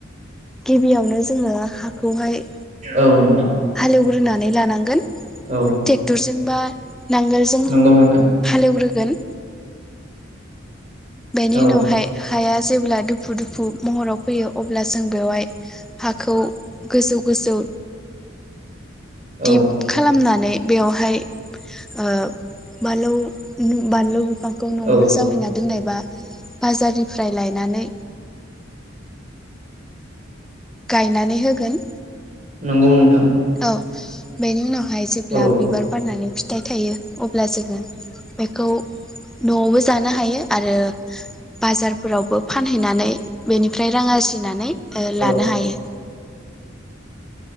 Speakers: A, in the centre; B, on the right.
A: गिबियावनो जोंङो हाखौहाय
B: औ नोंथां
A: हालेवग्रोनानै लानांगोन
B: औ
A: तेक्टर जोंबा नांगोलजों
B: नंगौ नोंथां
A: हालएवग्रो गोन बेनि
B: औ
A: उनावहाय हाया जेब्ला दुफु दुफु महराव फैयो अब्ला जों बेवहाय हाखौ गोजौ गोजौ
B: औ
A: दिप खालामनानै बेवहाय ओ बालौ बानलु फांखौ न'आवनो
B: औ
A: जावायना दोनोबा बाजारनिफ्राय लायनानै गायनानै होगोन
B: नंगौ नोंथां
A: औ बेनि उनाव हाय जेब्ला
B: औ
A: बिबार बारनानै फिथाइ थायो अब्ला जोंङो बेखौ न'आवबो जानो हायो आरो बाजारफोरावबो फानहैनानै बेनिफ्राय रां आरजिनानै ओ
B: औ
A: लानो हायो